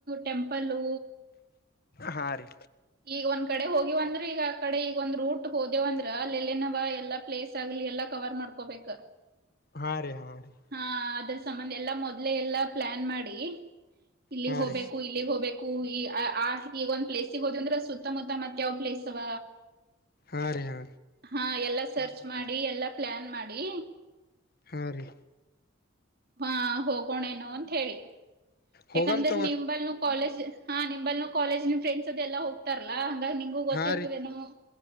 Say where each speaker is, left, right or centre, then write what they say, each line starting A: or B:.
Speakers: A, on the right; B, on the left.
A: ಟೆಂಪಲ್ಲ
B: ಹಾ ರೀ
A: ಈಗ ಒಂದ್ ಕಡೆ ಹೋಗಿವವಂದ್ರೆ ಈಗ ಆ ಕಡೆ ಈಗ ಒಂದ್ ರೂಟ್ ಹೋದೇವಂದ್ರೆ ಲೆಲ್ಲಿಲೆನವ ಎಲ್ಲಾ ಪ್ಲೇಸ್ ಆಗ್ಲಿ ಎಲ್ಲಾ ಕವರ್ ಮಾಡ್ಕೋಬೇಕ
B: ಹಾರೀ ಹಾ ರೀ
A: ಹಾ ಅದ್ರ ಸಂಬಂಧ ಎಲ್ಲಾ ಮೊದ್ಲೆ ಎಲ್ಲಾ ಪ್ಲಾನ್ ಮಾಡಿ ಇಲ್ಲಿಗ್
B: ಹಾ
A: ಹೋಗಬೇಕು
B: ರೀ
A: ಗ್ ಹೋಗ್ಬೇಕು ಈ ಅ ಅ ಈಗ ಒಂದ್ ಪ್ಲೇಸ್ ಸಿಗ ಹೋದ ಅಂದ್ರೆ ಸುತ್ತಮುತ್ತ ಮತ್ ಯಾವ್ ಪ್ಲೇಸ್ ಅವ
B: ಹಾ ರೀ ಹಾ
A: ಹಾ ಎಲ್ಲಾ ಸರ್ಚ್ ಮಾಡಿ ಎಲ್ಲಾ ಪ್ಲಾನ್ ಮಾಡಿ
B: ಹಾಂ ರೀ
A: ಹಾ ಹೋಗೋಣೇನು ಅಂತ ಹೇಳಿ
B: ಹೋಗಮ್
A: ಯಾಕಂದ್ರೆ
B: ತಗೋರಿ
A: ನಿಂಬಲ್ ಕಾಲೇಜ್ ಹಾ ನಿಲ್ ಕಾಲೇಜ್ ನಿನ್ ಫ್ರೆಂಡ್ಸ್ ಅದುದೆಲ್ಲ ಹೋಗ್ತಾರಲ್ಲಾ ಹಂಗ ನಿಂಗು ಗೊತ್ತಿರ್ತವನೋ
B: ಹಾ ರೀ